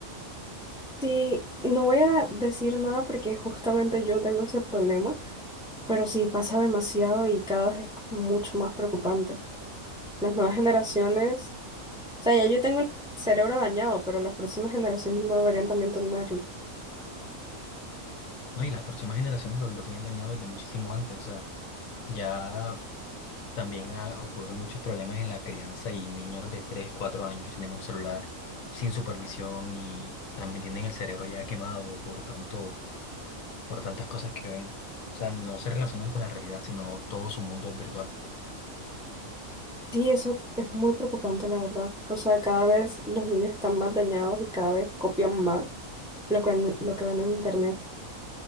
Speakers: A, in the centre; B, on the left (about 75°).
A: Sí, no voy a decir nada porque justamente yo tengo ese problema, pero sí pasa demasiado y cada vez es mucho más preocupante. Las nuevas generaciones, o sea, ya yo tengo el cerebro dañado, pero las próximas generaciones no deberían también tenerlo.
B: No, y las próximas generaciones lo, lo tienen dañado desde muchísimo antes, o sea, ya también ah, ocurren muchos problemas en la crianza y niños de 3 4 años tienen un celular sin supervisión y también tienen el cerebro ya quemado por tanto por tantas cosas que ven. O sea, no se relacionan con la realidad, sino todo su mundo es virtual.
A: Sí, eso es muy preocupante, la verdad. O sea, cada vez los niños están más dañados y cada vez copian más lo que ven, lo que ven en internet.